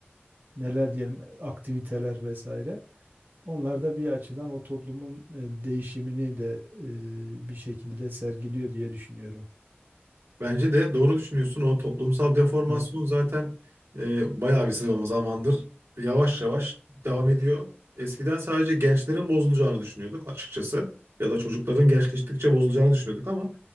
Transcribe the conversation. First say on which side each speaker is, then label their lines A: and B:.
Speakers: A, on the right; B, on the right.
A: neler diyelim aktiviteler vesaire. Onlar da bir açıdan o toplumun e, değişimini de e, bir şekilde sergiliyor diye düşünüyorum.
B: Bence de doğru düşünüyorsun. O toplumsal deformasyon
A: Evet.
B: zaten e, bayağı bir sıralama zamandır yavaş yavaş devam ediyor. Eskiden sadece gençlerin bozulacağını düşünüyorduk açıkçası. Ya da çocukların gençleştikçe bozulacağını düşünüyorduk ama